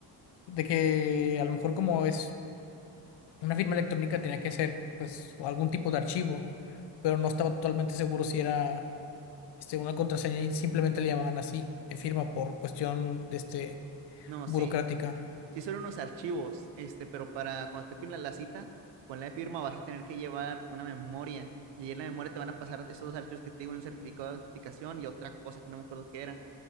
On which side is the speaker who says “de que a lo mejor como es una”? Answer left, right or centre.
Left